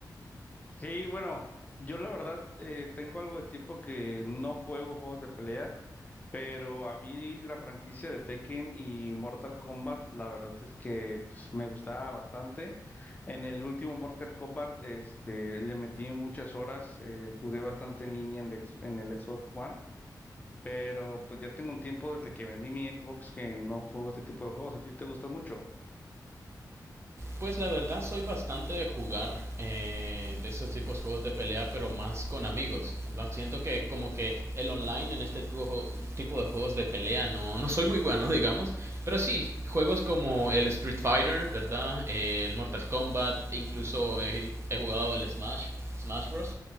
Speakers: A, on the left (about 20°); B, on the right (about 35°).
A: Sí, bueno, yo la verdad eh, tengo algo de tiempo que no juego juegos de pelea. Pero a mí la franquicia de Tekken y Mortal Kombat, la verdad es que pues, me gustaba bastante. En el último Mortal Kombat, este, le metí muchas horas, eh, jugué bastante en línea en el, ex- en el Xbox One, pero pues ya tengo un tiempo desde que vendí mi Xbox que no juego este tipo de juegos. ¿A ti te gustan mucho?
B: Pues la verdad soy bastante de jugar eh, de esos tipos de juegos de pelea, pero más con amigos. ¿verdad? Siento que como que el online en este tujo- tipo de juegos de pelea no, no soy muy bueno, digamos. Pero sí, juegos como el Street Fighter, ¿verdad? Eh, el Mortal Kombat, incluso he, he jugado el Smash, Smash Bros.